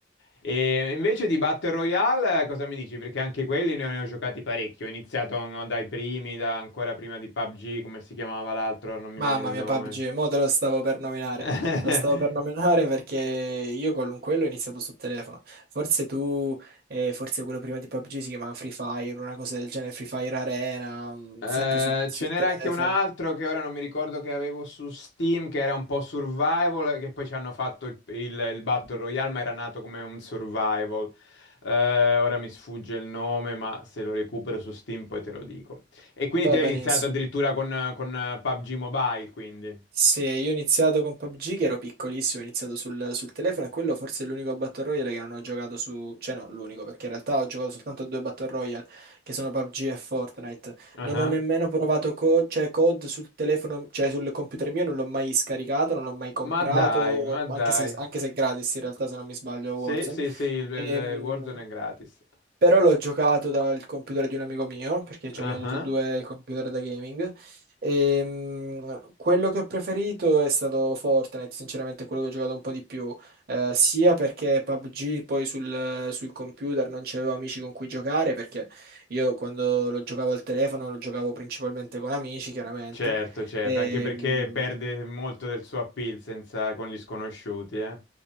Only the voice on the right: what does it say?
Mamma
mia, PUBG, mo te lo stavo per nominare.
Te lo stavo per nominare perché io con quello ho iniziato sul telefono. Forse tu, eh, forse quello prima di PUBG si chiamava Free Fire, una cosa del genere, Free Fire Arena, mm,
sempre su, su
telefono.
Va
benissimo.
Se io ho iniziato con PUBG, che ero piccolissimo, ho iniziato sul, sul telefono e quello forse è l'unico Battle Royale che non ho giocato su... Cioè no, l'unico, perché in realtà ho giocato soltanto a due Battle Royale, che sono PUBG e Fortnite.
Non ho nemmeno provato co- cioè, COD sul telefono, cioè sul computer mio, non l'ho mai scaricato, non l'ho mai comprato,
anche se, anche se è gratis in realtà, se non mi sbaglio,
Warzone.
Ehm,
però l'ho giocato dal computer di un amico mio, perché
ci abbiamo tutti e due il computer da gaming. E, mm, quello che ho preferito è stato Fortnite, sinceramente quello che ho giocato un po' di più, eh, sia perché PUBG poi sul, sul computer non c'avevo amici con cui giocare, perché io quando lo giocavo al telefono lo giocavo principalmente con amici, chiaramente.
E,
mm,